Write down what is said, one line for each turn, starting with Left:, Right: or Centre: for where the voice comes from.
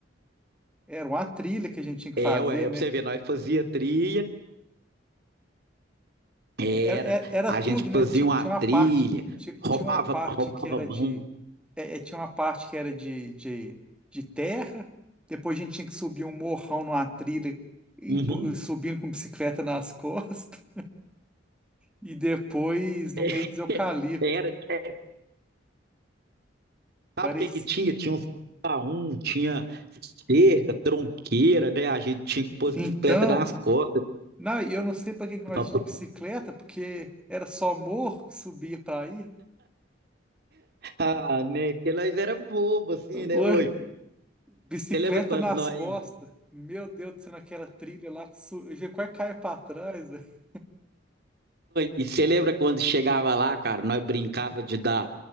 Centre: Era uma trilha que a gente tinha que
Right: é,
Centre: fazer,
Right: ué, é
Centre: né?
Right: pra você ver, nós fazia trilha, era,
Centre: Era, era, é, era
Right: a
Centre: tudo,
Right: gente
Centre: né?
Right: fazia
Centre: Tinha,
Right: uma
Centre: tinha uma
Right: trilha,
Centre: parte, tinha,
Right: roubava,
Centre: tinha uma parte
Right: roubava
Centre: que era
Right: banco,
Centre: de, é, é, tinha uma parte que era de, de, de terra. Depois a gente tinha que subir um morrão numa trilha, empu-
Right: uhum.
Centre: subindo com bicicleta nas <laughs> costas. e depois no meio
Right: <laughs>
Centre: dos eucalipto.
Right: Era, é, sabe
Centre: Parecia.
Right: o que que tinha? Tinha uns paum, tinha cerca, tronqueira, né? A gente tinha que pôr as
Centre: Então,
Right: bicicletas nas costas.
Centre: não, e eu não sei para que que nós
Right: <laughs>
Centre: ia de bicicleta, porque era só morro que subia para aí.
Right: Ah, né? Porque nós era bobo, assim,
Centre: Ô,
Right: né? Oi,
Centre: Bicicleta
Right: você lembra quando
Centre: nas
Right: nós
Centre: costas. Meu Deus do céu, naquela trilha lá que su... eu já quase caia para trás. velho.
Right: E você lembra quando chegava lá, cara, nós brincava de dar